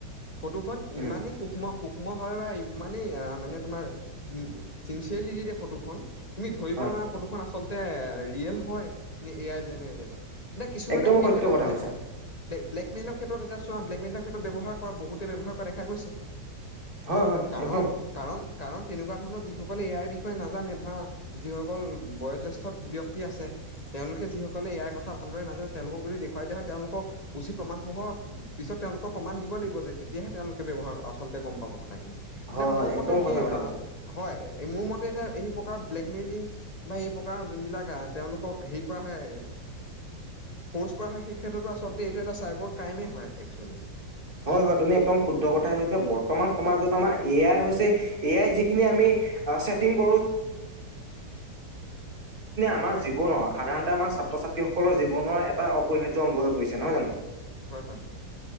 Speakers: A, on the left; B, on the right.
A: ফটোখন
B: উম
A: ইমানেই সূক্ষ্ম সুখ ই ভাৱ বা ইমানেই মানে তোমাৰ চিনচিয়েৰলি দি দিয়ে ফটোখন তুমি ধৰিব
B: হয়
A: নোৱাৰা ফটোখন আচলতে ৰিয়েল হয় নে এ আই জেনেৰেটেড হয়। এতিয়া কিছুমানে
B: একদম
A: সেই
B: সত্য
A: ক্ষেত্ৰত
B: কথা কৈছা
A: ব্লেকমেইলৰ ক্ষেত্ৰত এতিয়া চোৱা ব্লেকমেণ্টৰ ক্ষেত্ৰত ব্যৱহাৰ কৰা বহুতে ব্যৱহাৰ কৰা দেখা গৈছে।
B: হয় হয়
A: কাৰণ
B: একদম
A: কাৰণ কাৰণ তেনেকুৱা ধৰণৰ যিসকলে এ আই ৰ বি ষে নাজানে ধৰা যিসকল বয়জেষ্ঠ ব্যক্তি আছে তেওঁলোকে যিসকলে ইয়াৰ কথা ভালদৰে নাজানে তেওঁলোকক যদি দেখুৱাই দিয়া হয় তেওঁলোকক উচিত। প্ৰমাণসহ পিছত তেওঁলোকৰ প্ৰমাণ দিব লাগিব যে তেতিয়াহে তেওঁলোকে ব্যৱহাৰ আচলতে গম পাব কথা। কথাখিনি এতিয়া
B: হয় হয়
A: মোৰ
B: একদম
A: মতে সেই
B: সঁচা কথা
A: অ
B: কৈছা
A: হয় মোৰ মতে এতিয়া। এই প্ৰকাৰ ব্লেকমেইলিং বা এই প্ৰকাৰৰ যোনবিলাক তেওঁলোকক হেৰি কৰা হয়। ফ'ৰ্চ কৰা হয় সেই ক্ষেত্ৰতো আচলতে এইটো এটা চাইবাৰ ক্ৰাইমেই হয় একচুৱেলি।
B: হয় হয় তুমি একদম শুদ্ধ কথা কৈছা বৰ্তমান সমাজত আমাৰ এ আই হৈছে এ আই যিখিনি আমি সেই খ আমাৰ জনৰ সাধাৰণ আমাৰ ছাত্ৰ ছাত্ৰীসকলৰ জীৱনৰ এটা অপৰিহাৰ্য অংগ হৈ পৰিছে নহয় জানো।
A: হয় হয় হয়।